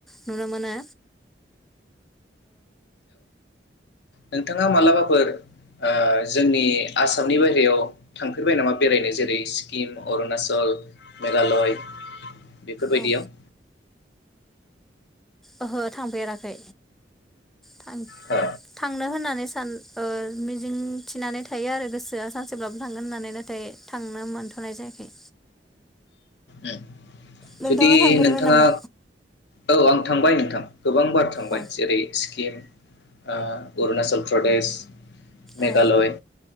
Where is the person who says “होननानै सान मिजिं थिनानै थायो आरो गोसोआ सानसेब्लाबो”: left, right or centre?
Centre